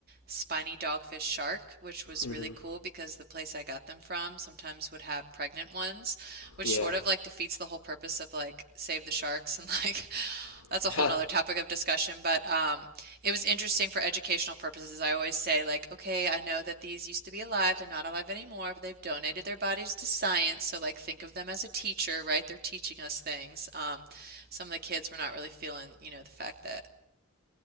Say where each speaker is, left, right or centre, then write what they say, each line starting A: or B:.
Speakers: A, on the right; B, on the left.
A: spiny dogfish shark, which was
B: Mm-hmm.
A: really cool because the place I got them from sometimes would have pregnant ones, which
B: Yeah.
A: sort of like defeats the whole purpose of like save the sharks and like <laughs>
B: <laughs>
A: that's a whole
B: mm-hmm.
A: nother topic of discussion. But um, it was interesting for educational purposes. I always say like, okay, I know that these used to be alive, they're not alive anymore, but they've donated their bodies to science, so like think of them as a teacher, right? They're teaching us things. Um, some of the kids were not really feeling, you know, the fact that